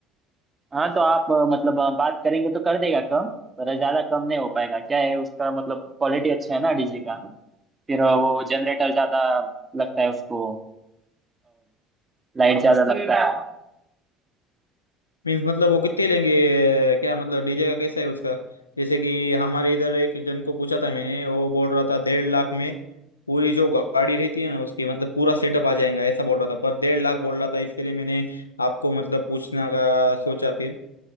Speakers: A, on the right; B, on the left.
A: हाँ तो आप अ, मतलब अ, बात करेंगे तो कर देगा कम पर ज्यादा कम नहीं हो पाएगा क्या है उसका मतलब क्वालिटी अच्छा है ना डीजे का फिर अ, वो जनरेटर ज्यादा लगता है उसको लाइट ज्यादा लगता है
B: मीन्स मतलब वो कितने लेंगे क्या मतलब डीजे का कैसा है उसका जैसे कि हमारे इधर एक जन को पूछा था मैंने वो बोल रहा था डेढ़ लाख में पूरी जो गाड़ी रहती है ना उसकी मतलब पूरा सेटअप आ जाएगा ऐसा बोल रहा था पर डेढ़ लाख बोल रहा था इसके लिए मैंने आपको मतलब पूछना का सोचा फिर